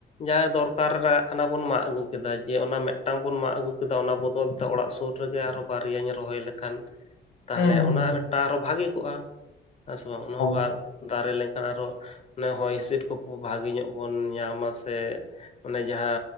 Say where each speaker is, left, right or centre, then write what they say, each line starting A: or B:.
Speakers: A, on the left; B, on the left.
A: ᱡᱟᱦᱟᱸ ᱫᱚᱨᱠᱟᱨ ᱨᱮ ᱞᱟᱜᱟᱜ ᱠᱟᱱᱟ ᱵᱚᱱ ᱢᱟᱜ ᱟᱹᱜᱩ ᱠᱮᱫᱟ ᱡᱮ ᱚᱱᱟ ᱢᱤᱫᱴᱟᱝ ᱵᱚᱱ ᱢᱟᱜ ᱟᱹᱜᱩ ᱠᱮᱫᱟ ᱚᱱᱟ ᱵᱚᱫᱚᱞ ᱛᱮ ᱚᱲᱟᱜ ᱥᱳᱨ ᱼᱼ ᱨᱮᱜᱮ ᱟᱨᱚ ᱵᱟᱨᱭᱟᱧ ᱨᱚᱦᱚᱭ ᱞᱮᱠᱷᱟᱱ ᱼᱼ ᱛᱟᱦᱞᱮ
B: ᱦᱮᱸ ᱦᱮᱸ
A: ᱚᱱᱟ ᱢᱮᱫᱴᱟᱝ ᱟᱨᱚ ᱵᱷᱟᱜᱤ ᱠᱚᱜ-ᱟ ᱦᱮᱸ ᱥᱮ ᱵᱟᱝ
B: ᱮᱠᱟᱞ
A: ᱼᱼ ᱫᱟᱨᱮ ᱞᱮᱱᱠᱷᱟᱱ ᱟᱨᱦᱚᱸ ᱦᱚᱭ ᱦᱤᱸᱥᱤᱫ ᱠᱚ ᱵᱷᱟᱜᱮ ᱧᱚᱜ ᱵᱚᱱ ᱧᱟᱢᱟ ᱥᱮ ᱼᱼ ᱚᱱᱮ ᱡᱟᱦᱟᱸ